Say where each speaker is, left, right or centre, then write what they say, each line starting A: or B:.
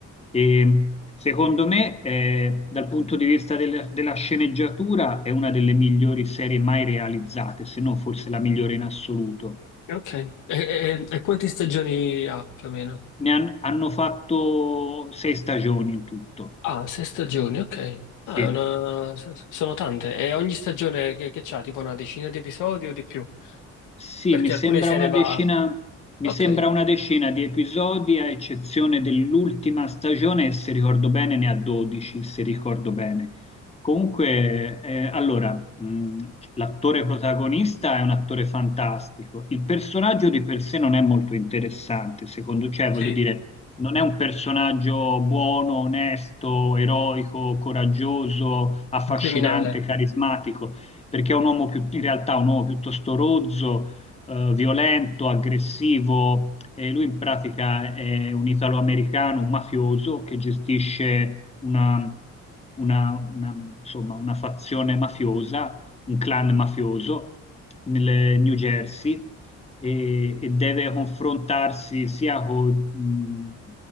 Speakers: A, on the left; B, on the left.
A: E secondo me, eh, dal punto di vista del- della sceneggiatura, è una delle migliori serie mai realizzate, se non forse la migliore in assoluto.
B: Ok. E, e- e quante stagioni ha più o meno?
A: Ne han- hanno fatto sei stagioni in tutto.
B: Ah, sei stagioni, ok. Ah,
A: Sì.
B: è una- s- sono tante. E ogni stagione che, che c'ha, tipo una decina di episodi o di più?
A: Sì,
B: Perché
A: mi sembra
B: alcune serie
A: una
B: va...
A: decina, mi
B: Ok,
A: sembra una decina di episodi, a eccezione dell'ultima stagione, e se ricordo bene ne ha 12, se ricordo bene. Comunque, eh, allora, mh, l'attore protagonista è un attore fantastico. Il personaggio di per sé non è molto interessante, secondo, cioè, voglio
B: sì,
A: dire, non è un personaggio buono, onesto, eroico, coraggioso, affascinante,
B: un criminale.
A: carismatico, perché è un uomo più- in realtà è un uomo piuttosto rozzo eh, violento, aggressivo. E lui in pratica è un italo-americano, un mafioso che gestisce una, una- una- insomma, una fazione mafiosa, un clan mafioso nel New Jersey e, e deve confrontarsi sia con